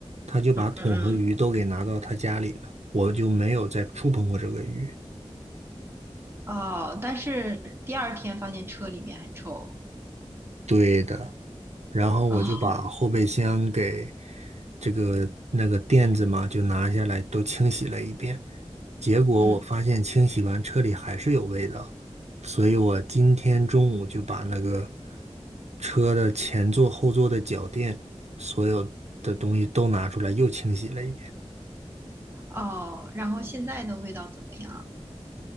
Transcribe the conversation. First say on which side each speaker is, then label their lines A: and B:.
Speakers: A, on the right; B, on the right.
A: 他就把桶和鱼都给拿到他家里了，
B: 嗯嗯，
A: 我就没有再触碰过这个鱼。
B: 嗯哦，但是第二天发现车里面很臭，
A: 对的。然后我就把后备箱给
B: 哦，
A: 这个那个垫子嘛，就拿下来都清洗了一遍。结果我发现清洗完车里还是有味道，
B: 嗯，
A: 所以我今天中午就把那个车的前座、后座的脚垫，所有的东西都拿出来又清洗了一遍。
B: 哦，然后现在的味道怎么样？